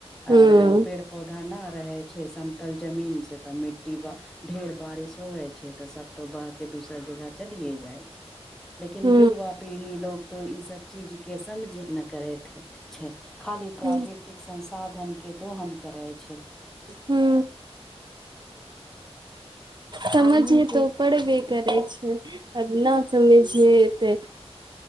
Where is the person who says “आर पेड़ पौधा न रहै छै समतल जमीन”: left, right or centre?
Centre